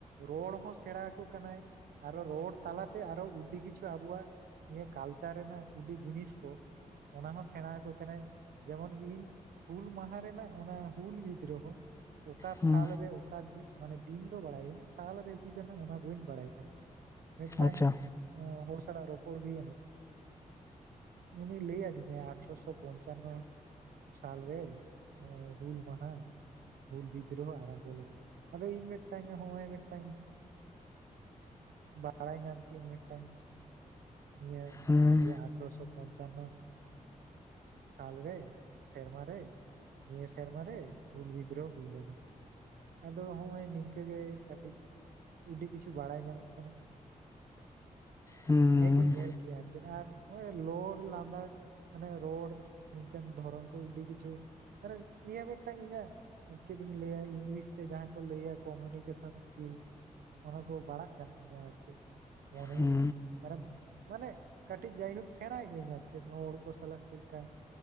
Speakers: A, on the right; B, on the left.
A: ᱨᱚᱲ ᱦᱚᱸ ᱥᱮᱬᱟ ᱠᱚ ᱠᱟᱱᱟᱭ ᱟᱨᱚ ᱨᱚᱲ ᱛᱟᱞᱟᱛᱮ ᱟᱨᱚ ᱩᱰᱰᱤ ᱠᱤᱪᱷᱩ ᱟᱵᱚᱣᱟᱜ ᱱᱤᱭᱟᱹ ᱠᱟᱞᱪᱟᱨ ᱨᱮᱱᱟᱜ ᱩᱰᱰᱤ ᱡᱤᱱᱤᱥ ᱠᱚ ᱚᱱᱟ ᱦᱚᱸ ᱥᱮᱬᱟ ᱦᱟᱠᱚ ᱠᱟᱱᱟᱭ᱾ ᱡᱮᱢᱚᱱ ᱤᱧ ᱦᱩᱞ ᱢᱟᱦᱟ ᱨᱮᱱᱟᱜ ᱚᱱᱟ ᱦᱩᱞ ᱣᱤᱫᱽᱨᱚ ᱦᱚᱸ ᱚᱠᱟ
B: ᱦᱮᱸ
A: ᱥᱟᱞ ᱨᱮ ᱚᱠᱟ ᱫᱤᱜ, ᱢᱟᱱᱮ ᱫᱤᱱ ᱫᱚ ᱵᱟᱲᱟᱭᱟᱹᱧ, ᱥᱟᱞ ᱨᱮ ᱦᱩᱭ ᱞᱮᱱᱟ ᱚᱱᱟ- ᱵᱟᱹᱧ ᱵᱟᱲᱟᱭ ᱛᱟᱦᱮᱸᱱ, ᱢᱮᱫᱴᱟᱝ
B: ᱟᱪᱪᱷᱟ
A: ᱮᱸ ᱦᱚᱲ ᱥᱟᱞᱟᱜ ᱨᱚᱯᱚᱲ ᱦᱩᱭ ᱮᱱᱟ, ᱮᱸ ᱩᱱᱤ ᱞᱟᱹᱭ ᱟᱹᱫ ᱫᱤᱧᱟᱭ ᱟᱴᱷᱨᱚ ᱥᱚ ᱯᱚᱧᱪᱟᱱᱱᱚ- ᱥᱟᱞ ᱨᱮ, ᱮᱸ ᱦᱩᱞ ᱢᱟᱦᱟᱸ- ᱦᱩᱞ ᱵᱤᱫᱽᱨᱳᱦᱚ ᱟᱨᱟᱢᱵᱷᱚ ᱞᱮᱱᱟ ᱟᱫᱚ ᱤᱧ ᱢᱤᱫᱴᱟᱝ ᱱᱚᱜᱼᱚᱭ ᱢᱤᱫᱴᱟᱝ ᱵᱟᱲᱟᱭ ᱧᱟᱢ ᱠᱤᱟᱹᱧ ᱢᱤᱫᱴᱟᱝ- ᱱᱤᱭᱟᱹ
B: ᱦᱮᱸ
A: ᱤᱭᱟᱹ ᱟᱴᱷᱮᱨᱚᱥᱚ ᱯᱚᱧᱪᱟᱱᱱᱚ- ᱥᱟᱞ ᱨᱮ ᱥᱮᱨᱢᱟ ᱨᱮ- ᱱᱤᱭᱟᱹ ᱥᱮᱨᱢᱟᱨ ᱨᱮ ᱦᱩᱞ ᱵᱤᱫᱽᱨᱳᱚ ᱦᱩᱭ ᱞᱮᱱᱟ- ᱟᱫᱚ ᱦᱚᱜᱼᱚᱭ ᱱᱤᱝᱠᱟᱹ ᱜᱮ ᱠᱟᱹᱴᱤᱡ- ᱟᱹᱰᱤ ᱠᱤᱪᱷᱩ ᱵᱟᱲᱟᱭ ᱧᱟᱢᱚᱜ ᱠᱟᱱᱟ-
B: ᱦᱮᱸ
A: ᱱᱤᱭᱟᱹ ᱠᱚᱧ ᱧᱮᱞ ᱠᱮᱭᱟ ᱟᱨ ᱪᱮᱫ ᱟᱨ ᱱᱚᱭ ᱞᱚᱲ ᱞᱟᱸᱫᱟ ᱢᱟᱱᱮ ᱨᱚᱲ ᱱᱤᱝᱠᱟᱹᱱ ᱫᱷᱚᱨᱚᱱ ᱠᱚ ᱟᱹᱰᱤ ᱠᱤᱪᱷᱩ ᱢᱟᱱᱮ ᱱᱤᱭᱟᱹ ᱢᱤᱫᱴᱟᱝ ᱤᱧᱟᱜ ᱪᱮᱫ ᱤᱧ ᱞᱟᱹᱭᱟ ᱤᱝᱞᱤᱥ ᱛᱮ ᱡᱟᱦᱟᱸ ᱠᱚ ᱞᱟᱹᱭᱟ ᱠᱚᱢᱤᱱᱤᱠᱮᱥᱚᱱ ᱥᱠᱤᱞ ᱚᱱᱟ ᱠᱚ ᱵᱟᱲᱟᱜ ᱠᱟᱱ ᱛᱤᱧᱟ ᱟᱨ ᱪᱮᱫ ᱢᱚᱱᱮ
B: ᱦᱮᱸ
A: ᱢᱮ- ᱢᱟᱱᱮ ᱠᱟᱹᱴᱤᱡ ᱡᱟᱭᱦᱳᱠ ᱥᱮᱬᱟᱭᱫᱟᱹ ᱟᱨ ᱪᱮᱫ ᱦᱚᱲ ᱠᱚ ᱥᱟᱞᱟᱜ ᱪᱮᱫ ᱞᱮᱠᱟ-